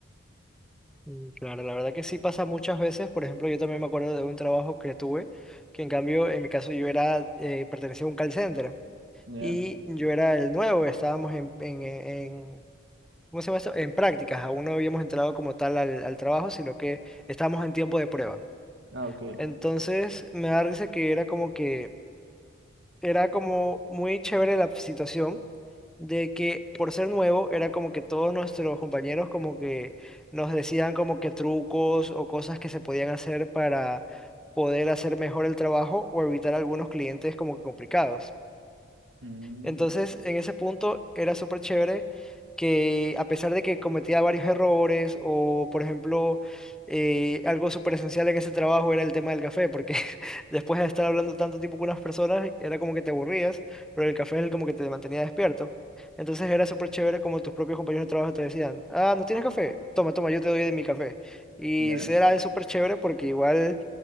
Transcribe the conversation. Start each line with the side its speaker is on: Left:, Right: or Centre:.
Centre: Mm, Claro, la verdad que sí pasa muchas veces. Por ejemplo, yo también me acuerdo de un trabajo que tuve, que en cambio, en mi caso, yo era, eh, pertenecía a un call center
Right: ¿Ya?
Centre: y yo era el nuevo, estábamos en, en, en- ¿cómo se llama esto? En prácticas, aún no habíamos entrado como tal al, al trabajo, sino que estábamos en tiempo de prueba.
Right: Ah, ok.
Centre: Entonces, me da risa que era como que era como muy chévere la situación de que por ser nuevo era como que todos nuestros compañeros como que nos decían como que trucos o cosas que se podían hacer para poder hacer mejor el trabajo o evitar algunos clientes como que complicados.
Right: Mm,
Centre: Entonces, en ese punto era súper chévere que a pesar de que cometía varios errores o, por ejemplo, eh, algo súper esencial en ese trabajo era el tema del café, porque <laughs> después de estar hablando tanto tiempo con unas personas, era como que te aburrías, pero el café es el como que te mantenía despierto. Entonces era súper chévere como tus propios compañeros de trabajo te decían, ah, ¿no tienes café? Toma, toma, yo te doy de mi café. Y
Right: ¿ya?
Centre: era súper chévere porque igual